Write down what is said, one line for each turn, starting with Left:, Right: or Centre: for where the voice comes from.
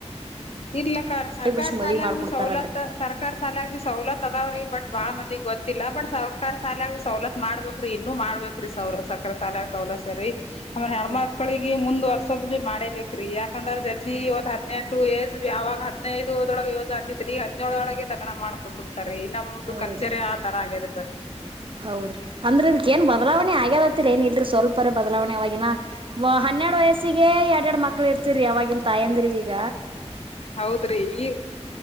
Left: ಇಲ್ಲ
Right: ಹೇಳಿ
Left: ಸರ್ಕಾರ
Right: ಬಿಡ್ಸಿ
Left: ಸಾಲ
Right: ಮದ್ವಿ ಮಾಡ್ಕೊಡ್ತಾರಲ್ರಿ
Left: ಬಿ ಸವಲತ್ತು ಸರ್ಕಾರ ಸಾಲ ಬಿ ಸವಲತ್ ಅದಾವ ರೀ ಬಟ್ ಬಾಳ ಮಂದಿಗ್ ಗೊತ್ತಿಲ್ಲ ಬಟ್ ಸರ್ಕಾರ ಸಾಲಾಗ ಸವಲತ್ ಮಾಡ್ಬೇಕ್ರಿ ಇನ್ನುೂ ಮಾಡ್ಬ್ರಿ ಸೌಲ ಸರ್ಕಾರ ಸಾಲಾಗ ಸವಲತ್ ರಿ ಆ ಹೆಣ್ಮಕ್ಕಳಿಗೆ
Right: ಹ
Left: ಮುಂದ ವರ್ಷ ತದ್ ಬಿ ಮಾಡೇಬೇಕ್ರೀ ಯಾಕಂದ್ರ ಜಲ್ದಿ ಒಂದ್ ಹದ್ನೆಂಟು ಏಜ್ ಯಾವಾಗ್ ಹದ್ನೈದೊಳಗೆ ಯೋಜ್ ಆಗ್ತಿತ್ರಿ ಹದ್ನೇಳಳೊಳಗೆ ಲಗ್ನ ಮಾಡ್ಕೊಂಡು. ತರಿ ನಮ್ದು
Right: ಹೌದ್ರಿ
Left: ಕಲ್ಚರಿ ಆ ತರ ಆಗ್ಯದ್ರಿ ಬರ್ರೀ.
Right: ಹೌದ್ರಿ ಅಂದ್ರ ಇದಕ್ ಏನ್ ಬದ್ಲಾವಣೆ ಆಗ್ಯದಂತಿರಿ ಏನ್ ಇಲ್ರಿ ಸ್ವಲ್ಪರ ಬದ್ಲಾವಣೆ ಅವಾಗಿನ ಹನ್ನೆಡ್ ವಯಸ್ಸಿಗೆ ಎರ್ಡ್ ಎರ್ಡ್ ಮಕ್ಳು ಇರ್ತಿರಿ ಅವಾಗಿನ್ ತಾಯಂದ್ರಿಗೀಗ.
Left: ಹೌದ್ರಿ ಈ